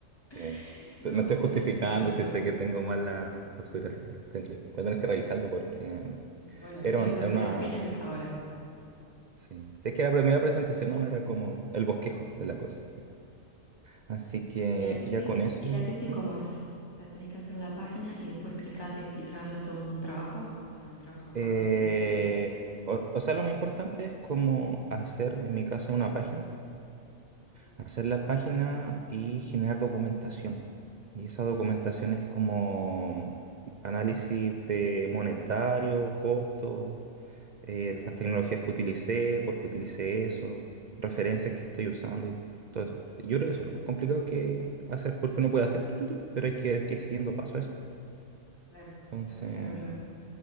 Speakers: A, on the left; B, on the right.
A: <laughs>
B: Eh,
A: no,
B: te- me estoy
A: tenés
B: justificando
A: que escribir mejor.
B: si sé que tengo mal la ortografía. Ten- Voy a tener que revisarlo porque
A: Bueno,
B: era,
A: tenés
B: un-
A: que ponerte
B: era una...
A: las pilas ahora
B: Sí. Si es que la primera presentación
A: con tu tesis.
B: no era como el bosquejo de la cosa. Así que
A: ¿Y la tesis,
B: ya con eso.
A: y la tesis
B: ¿Mm?
A: cómo es? O sea, tenés que hacer la página y después explica- explicarla todo en un trabajo, o sea, un trabajo de
B: Eh,
A: campo sería todo así.
B: o, o sea, lo más importante es como hacer, en mi caso, una página.
A: Ujú.
B: Hacer la página y generar documentación. Y esa documentación es como análisis de monetario, costo eh, las
A: Ah,
B: tecnologías
A: bien,
B: que utilicé, por qué utilicé eso, referencias que estoy usando y todo eso. Sí, Yo creo que eso es lo más complicado que hacer, porque uno puede hacer, tu, tu, tu, pero hay que ir siguiendo paso a eso.
A: claro,
B: Entonces,
A: claro, claro, claro.